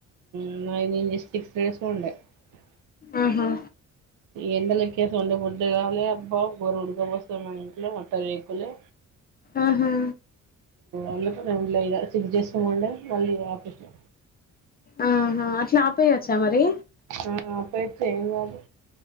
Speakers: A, on the right (about 80°); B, on the left (about 30°).
A: <unintelligible>
B: ఆహా
A: ఎండల ఎక్కేసి ఉండబుడ్డ కావాలలి అబ్బా గోర ఉడకపోస్త మా ఇంట్లో మొత్తం రేకులే
B: ఆహా
A: అందుకే వుండీ ఇగ సిక్స్ డేస్ ఏమో ఉండే మళ్ళీ ఆపేసా
B: ఆహా అట్లా ఆపయచ్చా మరి
A: ఆ ఆపై యచ్చు ఏం కాదు